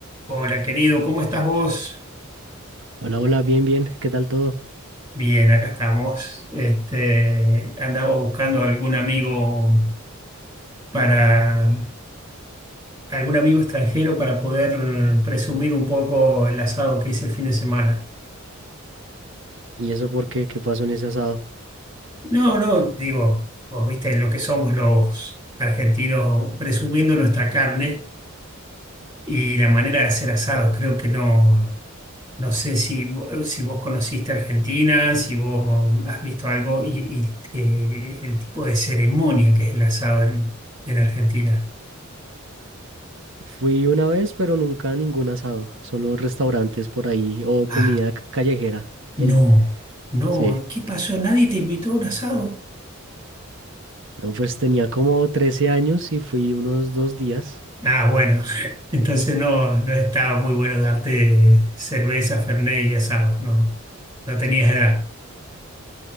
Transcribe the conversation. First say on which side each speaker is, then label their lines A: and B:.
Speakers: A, on the right; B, on the right.
A: Hola, querido, ¿cómo estás vos?
B: Hola, hola, bien, bien, ¿qué tal todo?
A: Bien, acá estamos. Este, andaba buscando algún amigo para algún amigo extranjero para poder presumir un poco el asado que hice el fin de semana.
B: ¿Y eso por qué? ¿Qué pasó en ese asado?
A: No, no, digo, vos viste lo que somos los argentinos presumiendo nuestra carne y la manera de hacer asados. Creo que no. No sé si, vo- si vos conociste Argentina, si vos has visto algo y, y, eh, el tipo de ceremonia que es el asado en, en Argentina.
B: Fui una vez, pero nunca a ningún asado, solo restaurantes por ahí o
A: Ah,
B: comida c- callejera.
A: no,
B: El,
A: no,
B: sí,
A: ¿qué pasó? ¿Nadie te invitó a un asado?
B: no, pues tenía como 13 años y fui unos dos días.
A: Ah, bueno, <laughs> entonces no, no estaba muy bueno darte cerveza, fernet y asado, no, no tenías edad,